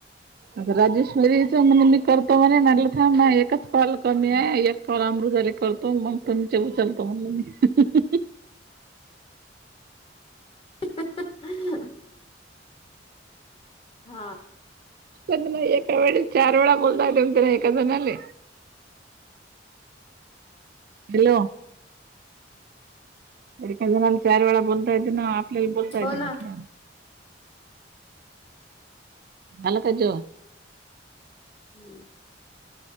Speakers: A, on the right; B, on the left.
A: आता राजेश्वरीच म्हणून मी करतो म्हणे म्ह हां म ए एकच कॉल कमी आहे. एक कॉल अमृताला, एक कॉल तुम मग तुमचे उचलतो म्हण मी हाह हहह.
B: हह हाह अ हा
A: म ना एका वेळे चार वेळा बोलदते ना एका जनाले हॅलो एका जणाला चार वेळा बोलता येते ना, आपल्याला बोलता येते
B: हो ना
A: म्हटलं झाल का जेवण?
B: हम्म.